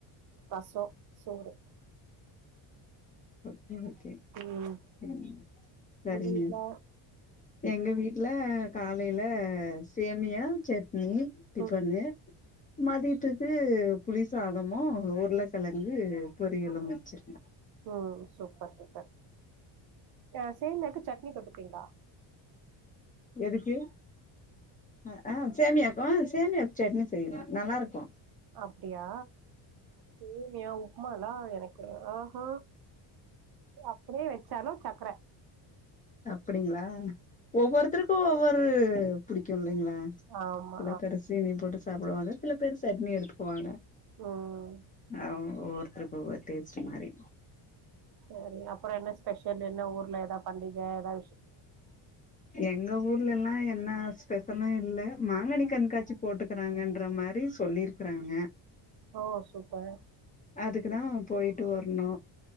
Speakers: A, on the right; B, on the left.
A: ரசோ சோறு
B: <unintelligible>
A: ம்
B: சரிங்க
A: உங்க வீட்ல
B: எங்க வீட்ல காலைல சேமியா செட் னி டிஃபனு
A: ம்
B: மதியத்து கு புளி சாதமு உருள கழங்கு பொரியளு வச்சிருக்கே
A: ம் சூப்பர் சூப்பர் அ சேமியாக்கு சட்னி தொட்டுப்பீங்ளா
B: எதுக்கு அ ஆ சேமியாக்கு ஆ சேமியாக் சட்னி செய்வே நல்லாருக்கு
A: அப்டியா சேமியா உப் ப்மாலா எனக்கு ஆ ஹா அப்டியே வச் ச்சலோ சக்ர
B: அப்டிங்ளா ஒவ்வொருத்தருக்கு ஒவ்வொரு புடிக்கு இல்லைங்ளா அ
A: ஆமா.
B: சில
A: அ
B: பெரு <unintelligible> போடுச் சாப்பிடுவாங்க சில பேர் சட்னி எடுத்துக்குவாங்க
A: ம்.
B: ஆ ஆ ருபூவ டேஸ்ட் மாறிரு
A: சரி அப்புறோ என்ன ஸ்பெஷல் என்ன ஊர்ல எதா பண்டிக எதா
B: எங்க ஊர் லலா என்ன ஸ்பெஷலு இல்ல மாங்கனி கண்காட்சி போட்டுக்குறாங்கன்ற மாரி சொல்லிருக்றாங்க
A: ஓ சூப்பர்
B: அதுக்குதா போயிட்டு வர்ணு